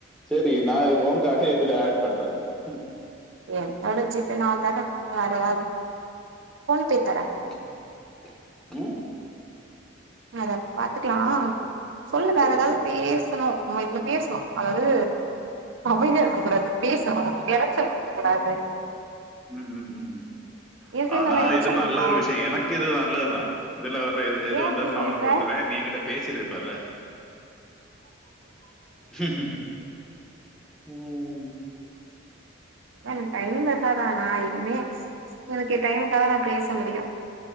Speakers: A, in the centre; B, on the right.
A: செரி நா இப்ப ஓ கார்ட இதுல ஆட் பண்றே ம்
B: என்னோட ஜி பே நான் தர நீயா வேற எதாவது ஃபோன் பே தர
A: இல்ல அ
B: அத பாத்துக்கலா சொல்லு வேற
A: சரி
B: எதாவது
A: சரி
B: பேஸ்ணு ஆமா இப்ப பேஸ்ணு அதாவது அமைதியா இருக்க கூடாது பேசணு எரச்சல் இருக்க கூடாது
A: ம் ம் ம் ம்
B: ஏ சைடு
A: ஆனா
B: நல்லா எரச்சல்
A: இது நல்ல
B: இருக்கா
A: ஒரு விஷ்ய எனக்கு இது நல்லதுதா இதுல வர எது எது
B: ஏ
A: வந்தாலு
B: அப்டி
A: நா
B: சொல்ற
A: ஒனக் குடுத்துறே நீ எங்கிட்ட பே சிட்ருப்பல ம் ம்
B: ஆனா எனக்கு டைம் இருந்தாத நா எதுமே எனக்கு டைம் இருந்தாதா நா பேச முடியு